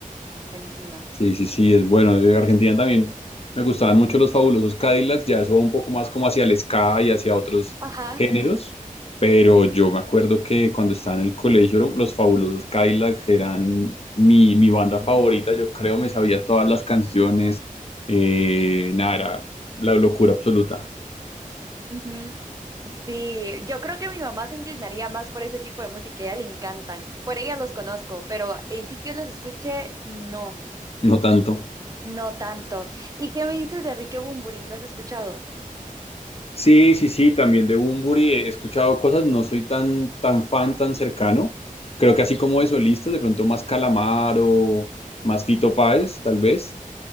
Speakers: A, on the right; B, on the left.
A: Buenísima.
B: Sí, sí, sí, es bueno. De Argentina también me gustaban mucho los fabulosos Cadillacs, ya eso va un poco más como hacia el ska y hacia otros
A: Ajá.
B: géneros, pero yo me acuerdo que cuando estaba en el colegio los fabulosos Cadillacs eran mi, mi banda favorita, yo creo me sabía todas las canciones, eh, nada, era la locura absoluta,
A: Ujú. Sí, yo creo que mi mamá se inclinaría más por ese tipo de música, a ella le encantan. Por ella los conozco, pero en sí que yo los escuche, no,
B: no tanto.
A: Sí, sí. no tanto. ¿Y qué me dices de Enrique Bunbury? ¿Lo has escuchado?
B: Sí, sí, sí, también de Bunbury he escuchado cosas, no soy tan, tan fan, tan cercano. Creo
A: Ujú,
B: que así como de solistas, de pronto más Calamaro, más Fito Páez, tal vez.